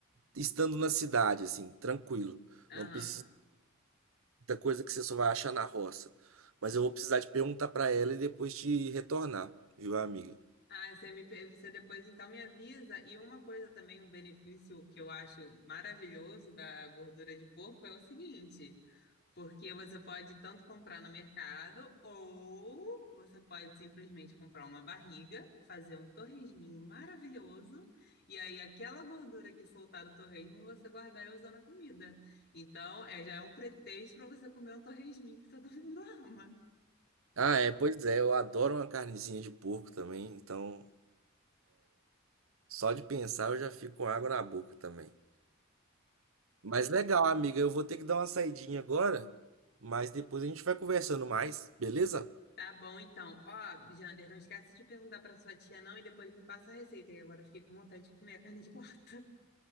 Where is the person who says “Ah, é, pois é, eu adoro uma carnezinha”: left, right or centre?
Right